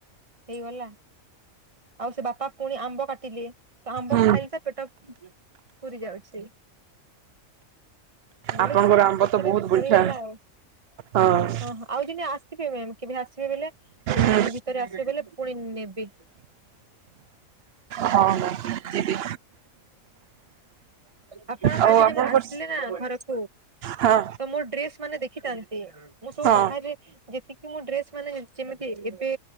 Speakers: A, on the right; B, on the right.
A: ହେଇଗଲା ଆଉ ସେ ବାପା ପୁଣି ଆମ୍ବ କାଟିଲେ ତ ଆମ୍ବ
B: ହୁଁ
A: ଖାଇଲି ତ ପେଟ ପୁରି ଯାଉଛି। ସେ ବୋଇଲେ
B: ଆପଣଙ୍କର ଆମ୍ବ
A: ସେଥିରେ
B: ତ ବହୁତ
A: ସରିଗଲା
B: ମିଠା
A: ଆଉ
B: ହଁ
A: ଆଉ ଆସିବେ କେବେ ଆସିବେ ବୋଇଲେ
B: ହୁଁ
A: ଇ ଭିତରେ ଆସିବେ ବଲେ ପୁଣି ନେବେ
B: ହଁ ମ୍ୟାମ୍ ଯିବି
A: ଆପଣ
B: ଆଉ
A: କାଲି ଯେ
B: ଆପଣଙ୍କର
A: ଆସିଲେ ନା ଘର ହ
B: ହଁ
A: ତ ମୋ ଡ୍ରେସ୍ ମାନେ ଦେଖ ଚିତନ୍ ମୁଁ ସବୁ
B: ହଁ
A: <inaudible> ବାହରେ ଯେତିକି କି ମୁଁ ଡ୍ରେସମାନେମାନେ ଯେମିତି ଏବେ